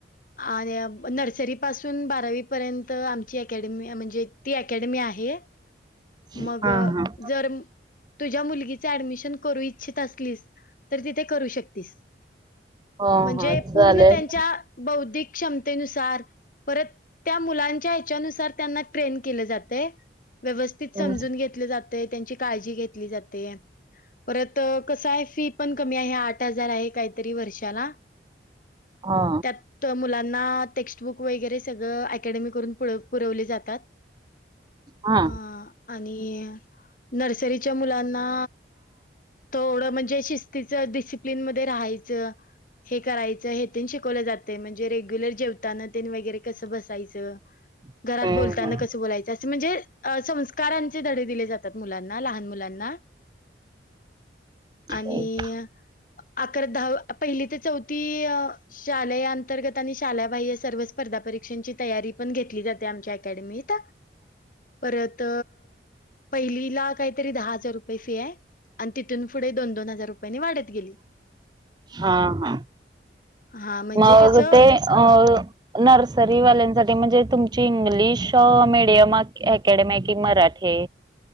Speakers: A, on the left; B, on the right.
A: आणि नर्सरी पासून, बारावी पर्यंत आमची अकॅडमी म्हणजे ती अकॅडमी आहे.
B: हा
A: मग
B: हा
A: जर तुझ्या मुलगीचे ऍडमिशन करू इच्छित असलीस. तर तिथे करू शकतीस.
B: हा
A: म्हणजे,
B: हा
A: पूर्ण
B: चालेल
A: त्यांच्या बौद्धिक क्षमतेनुसार, परत त्या मुलांच्या ह्याच्यानुसार, त्यांना ट्रेन केलं जातय. व्यवस समजून
B: हम्म
A: घेतलं जातय. त्यांची काळजी घेतली जाते. परत कसाय, फी पण कमी आहे. आठ हजार आहे. काहीतरी वर्षाला.
B: हा
A: त्यात क तर मुलांना टेक्स्टबुक वगैरे सगळं. अकॅडमी करून पूर -पुरवले जातात. अ
B: हा
A: आणि नर्सरीच्या मुलांना ोडं म्हणजे शिस्तीच सि प्न मध्ये राहायचं. हे करायचं हेथून शिकवलं जाते म्हणजे रेग्युलर जेवताना त्यांनी वगैरे कसं बसायचं.
B: हम्म
A: घरात बोलताना
B: हम्म
A: कस बोलायच असं म्हणजे संस्कारांचे धडे दिले जातात. मुलांना लहान मुलांना
B: ठीक.
A: आणि अकरा दहा पहिली ते चौथी शाले अंतर्गत आणि शाळेबाह्य सर्व स्पर्धा परीक्षांची तयारी पण घेतली जाते आमच्या अकॅडमीत परत पहिलीला काहीतरी दहा हजार रुपये फी आहे. आणि तिथून पुढे दोन दोन हजार रुपयांनी वाढत गेली.
B: हा ह.
A: हा म्हणजे
B: मगग
A: कसं
B: ते अ. नर्सरीवाल्यांसाठी म्हणजे तुमची इंग्लिश मडियम. अकॅडमे कि मराठे.